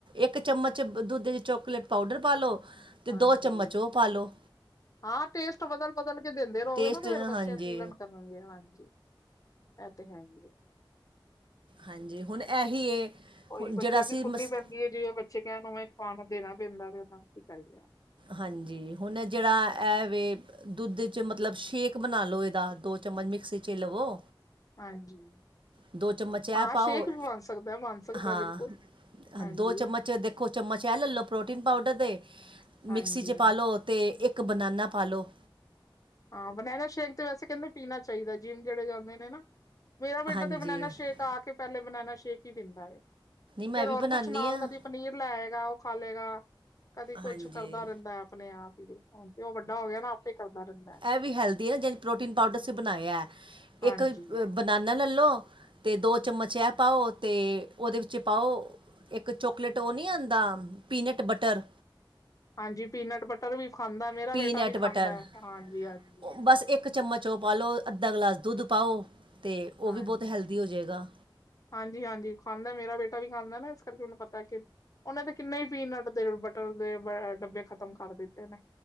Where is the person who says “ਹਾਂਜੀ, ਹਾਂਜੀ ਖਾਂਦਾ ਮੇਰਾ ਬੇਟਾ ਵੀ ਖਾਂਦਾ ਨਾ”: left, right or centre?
Left